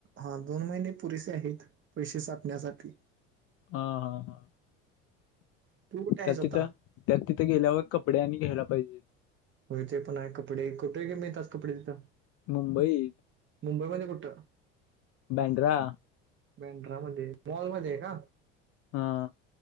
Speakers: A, on the right; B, on the left.
A: हां दोन महिने पुरेसे आहेत पैसे साठण्यासाठी.
B: हां हां हां
A: तू कुठे आहेस
B: त्यात
A: आता
B: तिथं त्यात तिथ गेल्यावर कपडे आणि घ्यायला पाहिजेत.
A: होय ते पण आहे कपडे कुठे मिळतात कपडे तिथ
B: मुंबईत
A: मुंबईमध्ये कुठ?
B: बंड्रा
A: बँड्रा मध्ये मॉलमध्ये आहे का?
B: हां.